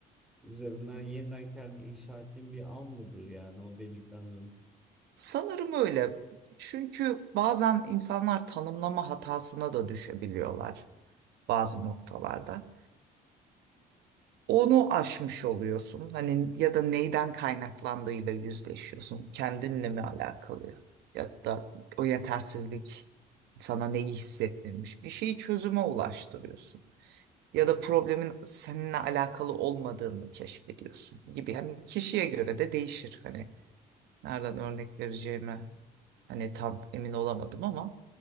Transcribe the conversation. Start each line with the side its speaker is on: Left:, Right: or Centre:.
Centre: üzerinden yeniden kendini inşa ettiğin bir an mıdır yani o delikten dönüp?
Right: Sanırım öyle. Çünkü bazen insanlar tanımlama hatasına da düşebiliyorlar bazı noktalarda. Onu aşmış oluyorsun. Hani ya da neyden kaynaklandığıyla yüzleşiyorsun. Kendinle mi alakalı? Ya da o yetersizlik sana neyi hissettirmiş? Bir şeyi çözüme ulaştırıyorsun. ya
Centre: Hı
Right: da
Centre: hı,
Right: problemin seninle alakalı olmadığını keşfediyorsun gibi. Hani kişiye göre de değişir. Hani nereden örnek vereceğimi
Centre: hı.
Right: hani tam emin olamadım ama